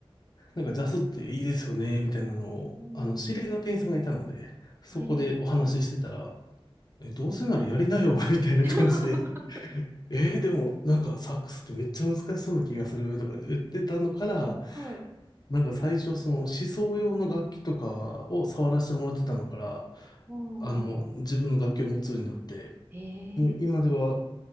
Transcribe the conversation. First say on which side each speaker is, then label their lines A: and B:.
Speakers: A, on the left; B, on the right.
A: なんかジャズっていいですよね、みたいなのを、
B: うん。
A: あの、知り合いの店員さんがいたので、そこでお話ししてたら、
B: えー。
A: え、どうせならやりなよ、
B: うん
A: <laughs> みたいな感じで、
B: <laughs>。
A: えーでもなんかサックスってめっちゃ難しそうな気がするとか言ってたのから、
B: はい。
A: なんか最初、その思想用の楽器とかを触らせてもらってたのから、
B: ああ。
A: あの、自分の楽器を持つようになって、
B: えー。
A: もう今では、